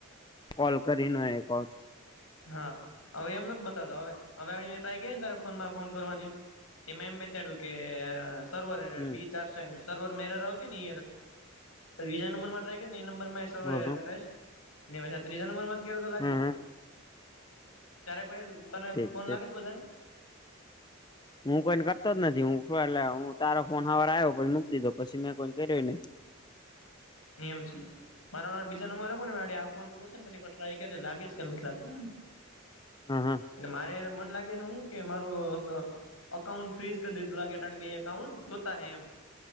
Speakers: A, on the left; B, on the left.
A: કોલ કરીને કો
B: હા હવે એમ નથી બતાવતો હવે. હવે ટ્રાય ક ને તારે ફોન માં ફોન કરવાની તેમાં એમ બેતાડ્યું કે સર્વ
A: હમ
B: બી ચાર સર્વર મેર આવતી બ બજા નંબર માં ટ્રાયને એ નંબર પછા
A: હ હ
B: ત્રીજા નંબર માં કે તો લાગી
A: હ
B: ગયો.
A: હ
B: ત્યારે કોઈ તને
A: ઠીક
B: ફોન
A: ઠીક
B: લાગીશ બધાને
A: હું કોઈને કરતો જ નથી હું એટલે હું તારો ફોન ખવાર આવ્યો પછી મૂકી દીધો પછી મેં કોઈ કર્યો નથીહી.
B: નિયમ છે. મારા બીજા નંબર આપ ને આ ફોન પૂરો થ ને પછી ટ્રાયે લાગે કે નથી લાગ તો.
A: હા હા
B: એટલે મારે મન લાગે હું કે માર અઉ ફ્રીસ કરી દીધું લાગે બે એકઉન્ટ જોતા એમ.